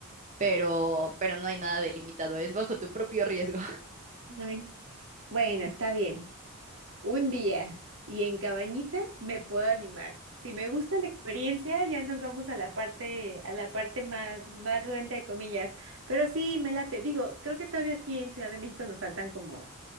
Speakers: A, on the right (about 35°); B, on the right (about 65°).
A: pero, pero no hay nada delimitado, es bajo tu propio riesgo.
B: Ay. Bueno, está bien. Un día y en cabañita me puedo animar. Si me gusta la experiencia, ya nos vamos a la parte, a la parte más, más ruda, entre comillas. Pero sí, me late. Digo, creo que todavía aquí en Ciudad de México nos faltan como